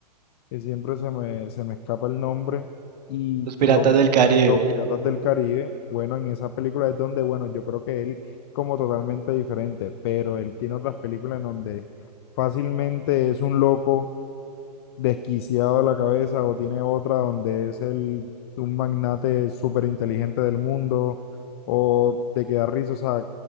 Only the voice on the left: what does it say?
que siempre se me, se me escapa el nombre, y
que lo ve,
Los Piratas del Caribe, bueno, en esa película es donde, bueno, yo creo que él como totalmente diferente, pero él tiene otras películas en donde fácilmente es un loco desquiciado de la cabeza o tiene otra donde es el, un magnate súper inteligente del mundo o de que da risa, o sea,